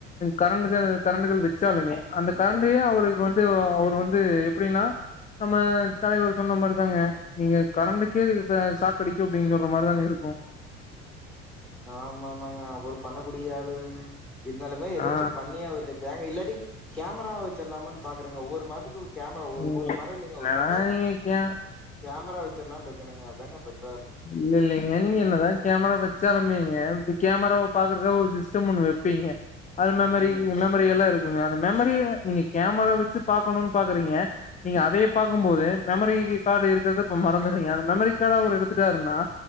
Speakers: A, on the left; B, in the centre.
A: கரண்டுகள் கரண்டுகள் வச் ச்சாலுமே அந்த
B: ம்.
A: கரண்டே அவருக்கு வந்து அவர் இப்ப வந்து எப்படின்னா நம்ம தலைவர் சொன்ன மாரிதாங்க நீங்க கரண்டுக்கே அ சாக் அடிக்கும் அப்படின்குற மாரிதா இருக்கும்
B: ஆமாமாங்க அவரு பண்ணக்கூடிய ஆளு தாங்க இருந்தாலுமே ஏதாச்சும்
A: ஆ
B: பண்ணியா அவரு ங்க இல்லாடி கேமரா வச்சர்லாம்னு பாக்குறேங்க ஒவ்வொரு மரத்துக்கு கேமரா ஒரு
A: நீங்க
B: ஒரு
A: என்னதா
B: மரம் இல்லைங்க ஒரு கரெக்டா
A: நீங்க கே
B: கேமரா வ ச்சிரலாம் இருக்கேனுங்க அதாங்க பெட்
A: இல்ல இல்லிங்க நீங்க என்னதான் கேமரா வச்சாலுமே கேமரா பாக்குறக்காக ஒரு சிஸ்டம் ஒண்ணு வப்பீங்க அல் மெமரி
B: ம்
A: மெமரி எல்லாம் இருக் உம் மெமரி நீங்க கேமரா வச்சு பாக்கனும்னு பாக்குறீங்க நீங்க அதைய பார்க்கும்போது மெமரி கார்டு இருக்கறத மறந்துடுறீங்க மெமரி கார்ட் அவர் எடுத் துடாருன்னா